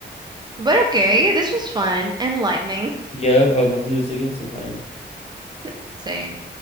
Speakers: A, on the right (about 25°); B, on the left (about 35°).
A: But okay, this was fun, enlightening.
B: Yep, I would love to do this again sometime.
A: <laughs> Same.